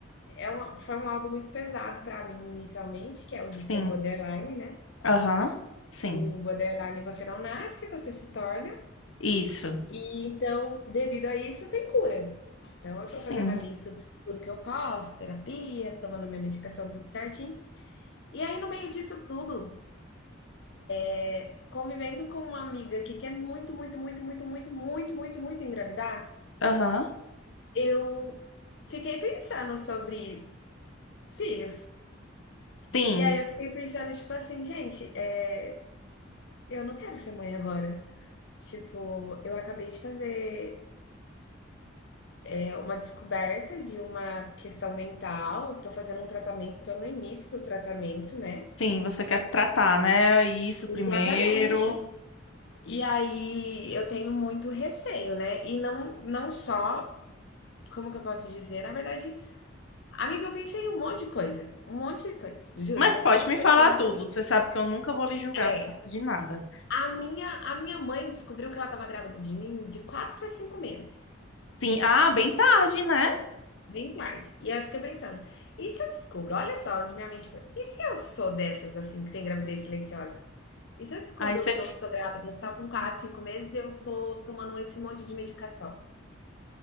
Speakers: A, on the left; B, on the left.
A: é um, foi um laudo muito pesado para mim inicialmente, que é o
B: Sim.
A: de ser borderline, né?
B: Aham, sim.
A: O borderline você não nasce, você se torna.
B: Isso.
A: E então, devido a isso, tem cura. Então, eu
B: Sim.
A: tô fazendo ali tudo, tudo que eu posso, terapia, tomando minha medicação, tudo certinho. E aí, no meio disso tudo, É, Convivendo com uma amiga que quer muito, muito, muito, muito, muito, muito, muito, muito engravidar,
B: Aham.
A: eu fiquei pensando sobre filhos.
B: Sim.
A: E aí eu fiquei pensando, tipo assim, gente, é, eu não quero ser mãe agora. Tipo, eu acabei de fazer é, uma descoberta de uma questão mental, tô fazendo um tratamento, tô no início do tratamento, né?
B: Sim, você quer tratar, né? Isso primeiro.
A: Exatamente. E aí eu tenho muito receio, né? E não, não só, como que eu posso dizer? Na verdade, Amiga, eu pensei em um monte de coisa, um monte de coisa, juro,
B: Mas
A: passou
B: pode
A: um monte
B: me
A: de coisa
B: falar
A: pela minha
B: tudo.
A: cabeça.
B: Você sabe que eu nunca vou lhe julgar
A: É,
B: por causa de nada.
A: a minha a minha mãe descobriu que ela estava grávida de mim de 4 para 5 meses,
B: Sim. Ah, bem tarde, né?
A: bem tarde. E aí eu fiquei pensando: "E se eu descubro?" Olha só onde minha mente foi. "E se eu sou dessas, assim, que tem gravidez silenciosa? E se eu descubro
B: Aí você.
A: que eu tô grávida só com 4, 5 meses e eu tô tomando esse monte de medicação?